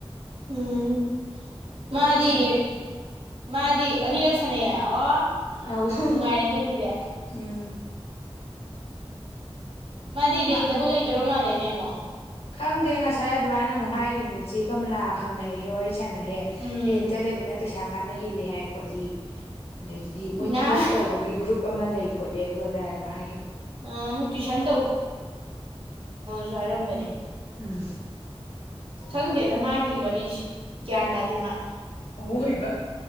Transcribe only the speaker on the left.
ꯁꯥꯟꯅꯩ
ꯑ ꯎꯝ
ꯋꯥ
ꯈꯪꯗꯦ ꯉꯁꯥꯏ ꯑꯗꯨꯃꯥꯏꯅ ꯑꯃꯨꯛ ꯍꯥꯏꯒꯤꯈꯤꯕꯅꯤ ꯆꯦ ꯀꯔ ꯂ ꯍꯪꯅꯩꯏ ꯋꯥ ꯁꯅꯔꯦꯔꯤꯟꯇ
ꯂꯩꯕꯅ ꯄꯩꯁꯥ ꯀꯥꯟꯅ ꯍꯦꯜꯂꯤ ꯍꯥꯏ ꯈꯣꯠꯂꯤ ꯑꯗꯒꯤꯗꯤ ꯃꯣꯏ
ꯊꯕꯛ ꯇꯧꯕꯒꯤ ꯒ꯭ꯔꯨꯞ ꯑꯃ ꯂꯩ ꯈꯣꯠꯂꯤ ꯑꯗꯨ ꯑꯗꯥꯏ ꯍꯥꯏꯒꯤ
ꯎꯝ
ꯑꯋꯣꯏꯕ